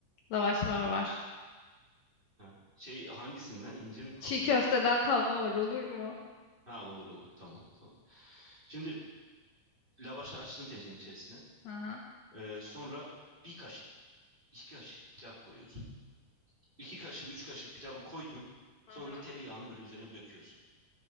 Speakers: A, on the left; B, on the right.
A: Lavaş var var.
B: Ha, şey hangisinden ince mi kalın
A: Çiğ köfteden
B: mı?
A: kalma var olur mu?
B: Ha olur olur tamam tamam. Şimdi lavaşı açtın tencerenin içerisine.
A: Hı hı.
B: Ee, sonra bir kaşık, iki kaşık pilav koyuyorsun. İki kaşık, üç kaşık pilavı koydun.
A: Hı
B: Sonra
A: hı.
B: tereyağını böyle üzerine döküyorsun.